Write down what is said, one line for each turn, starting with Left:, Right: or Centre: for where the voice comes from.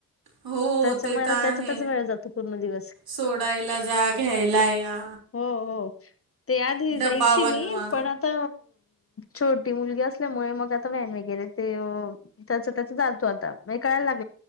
Right: हो हो
Left: त्याच्यामुळे
Right: ते तर
Left: आता
Right: आहे
Left: त्याच्यातच वेळ जातो पूर्ण दिवस
Right: सोडायला जा घ्यायला या
Left: हो हो ते आधी
Right: डब्बावनवा
Left: जायची मी पण आता छोटी मुलगी असल्यामुळे मग आता व्हॅन वगैरे ते त्या त्याच जातो आता म कळायला लाग-